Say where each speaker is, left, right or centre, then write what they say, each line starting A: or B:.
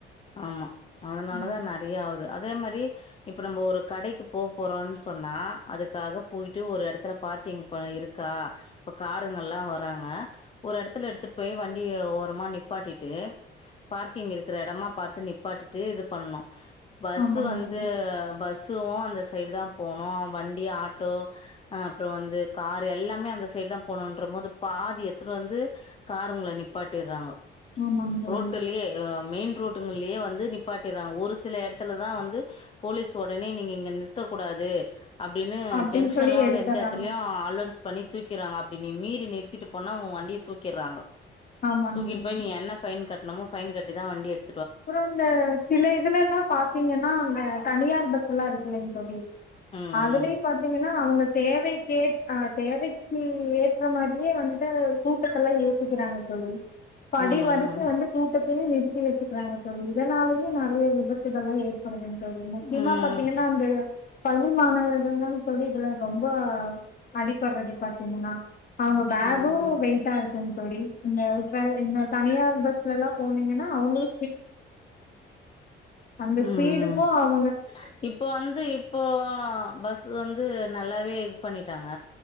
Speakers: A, on the left; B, on the left.
A: ஆமா அதனாலதா
B: ம்
A: நெறைய ஆவுது அது அதே மாரி இப்ப நம்ம ஒரு கடைக்கு போபோறோம்னு சொன்னா அதுக்காக போய்ட்டு ஒரு எடத்துல பார்க்கிங் ப இருக்கா இப்ப காருங்கல்லா வராங்க ஒரு எடத்துல எடுத்துட் போய் வண்டிய ஓரமா நிப்பாட்டிட்டு பார்க்கிங் இருக்கற எடமா பாத்து நிப்பாட்டிட்டு இது பண்ணோ பஸ்ஸு
B: ஆமாங்க
A: வந்து
B: தோழி
A: பஸ்ஸுவோ அந்த சைடு தா போனோ வண்டி ஆட்டோ அப்புறோ வந்து காரு எல்லாமே அந்த சைடு தா போனோன்ற மோது பாதி எத் துனுவந்து காருங்கள நிப்பாட்டிறாங்கோ
B: ஆமாங்க தோழி
A: ரோட்டுலயே அ மெயின் ரோட்டுங்கல்லையே வந்து நிப்பாட்டிறாங்க ஒரு சில எடத்துலதா வந்து போலீஸ் ஒடனே நீங்க இங்க நிறுத்தக் கூடாது அப்டின்னு
B: அப்டின்னு
A: ஜங்ஷன்லா
B: சொல்லி
A: வந்து
B: எடுத்தர்றாங்க
A: எந்த எட்த்துலியு அலோன்ஸ் பண்ணி தூக்கிறாங்க அப்டி நீ மீறி நிறித்திட்டுப் பண்ணா உ வண்டிய தூக்கிற்றாங்க
B: ஆமாங்க
A: தூக்கிட்
B: தோழி
A: போய் நீ என்ன ஃபைன் கட் நம்ம ஃபைன் கட்டிதா வண்டி எடுத்
B: அப்றோ இந்த சில இதுலலா பாத்தீங்கன்னா அந்த தனியார் பஸ்ல்லாருக் செரிங் தோழி
A: ம்
B: அதுலயு பாத்திங்கன்னா அவுங்க தேவைக்கே அ தேவைக்கு ஏற்ற மாரியே வன்ட்டு கூட்டத்தெல்லா ஏத்திக்கிறாங்க தோழி படி
A: ம்
B: வரைக்குவந்து கூட்டத் து நிருத்தி வச்சிட் றாங்க தோழி இதனாலயே நெறைய விபத்துகளா ஏற்படுதுங் தோழி முக்கியமா
A: ம் ம்
B: பாத்தீங்கன்னா அந்த பள்ளி மாணவர்கள்தாங் தோழி இதுல ரொம்ப அடிபற்றது பாத்தீங்கன்னா அவுங்க பேகு
A: ம் ம்
B: வெயிட்டாருக்குங் தோழி இங்க இப்ப இந்த தனியார் பஸ்லலா போனீங்கன்னா அவுங்களு அந்த
A: ம் ம்
B: ஸ்பீடுக்கு
A: ம்
B: அவ்
A: இப்போ வந்து இப்போ பஸ் வந்து நல்லாவே இது பண்ணிட்டாங்க